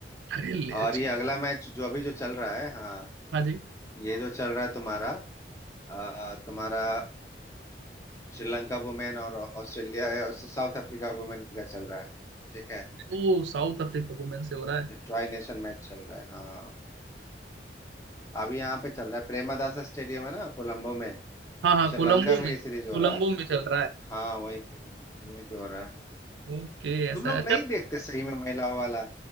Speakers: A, on the right (about 80°); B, on the left (about 15°).
A: अरे ले
B: और ये
A: जी
B: अगला मैच जो अभी जो चल रहा है हाँ
A: हाँ जी
B: ये जो चल रहा है तुम्हारा आ, तुम्हारा श्रीलंका वुमेन और ऑस्ट्रेलिया साउथ अफ्रीका वुमेन का चल रहा है ठीक है
A: वो साउथ अफ्रीका वुमेन से हो रहा है
B: ट्राई नेशन मैच चल रहा है हाँ अभी यहाँ पे चल रहा है प्रेमदासा स्टेडियम है ना कोलंबो में
A: हाँ हाँ
B: श्रीलंका
A: कोलंबो
B: में
A: में
B: ये
A: कोलंबो
B: सीरीज हो रहा है
A: में चल रहा है
B: हाँ वहीं पे वहीं, वहीं पे हो रहा है
A: ओके ऐसा
B: तुम लोग
A: है। अच्छा
B: नहीं देखते सही में महिलाओं वाला